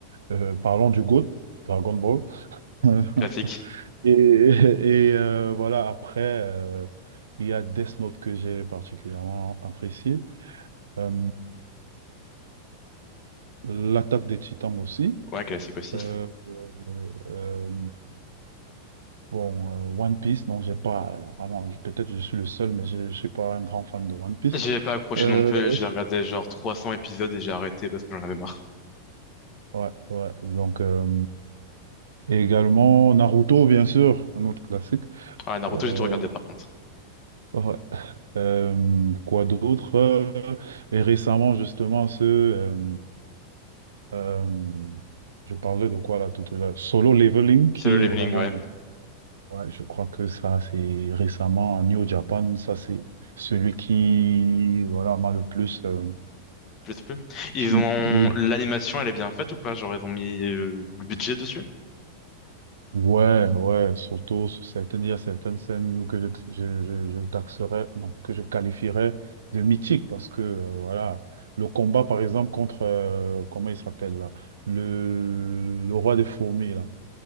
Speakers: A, on the right; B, on the left.
A: euh, parlons du GOAT, Dragon Ball. <laughs>
B: Classique.
A: Et, et euh, voilà, après, euh, il y a Death Note que j'ai particulièrement apprécié. Euh, L'attaque des Titans aussi.
B: Ouais, classique aussi.
A: Euh, euh, bon, euh, One Piece, donc j'ai pas vraiment, je- peut-être je suis le seul, mais je, je suis pas un grand fan de One
B: <laughs>
A: Piece.
B: J'ai pas accroché
A: Euh,
B: non plus, j'ai regardé genre 300 épisodes et j'ai arrêté parce que j'en avais marre.
A: ouais, ouais. Donc euh, et également Naruto, bien sûr, un autre classique.
B: Ah, Naruto,
A: Euh,
B: j'ai tout regardé par contre.
A: ouais. Euh, quoi d'autre? Euh, Et récemment, justement, ce euh, euh, je parlais de quoi là tout à l'heure? Solo Leveling, qui
B: C'est le leveling,
A: vraiment
B: ouais.
A: Ouais, je crois que ça, c'est récemment New Japan. Ça, c'est celui qui, voilà, m'a le plus. euh,
B: Je sais plus. Ils
A: qui m-
B: ont...
A: oui.
B: L'animation, elle est bien faite ou pas? Genre, ils ont mis euh, le budget dessus?
A: Ouais, ouais, surtout, sur certaines, il y a certaines scènes que je, je, je, je taxerais, non, que je qualifierais de mythiques parce que, euh, voilà, le combat, par exemple, contre, euh, comment il s'appelle là, le, le roi des fourmis, là.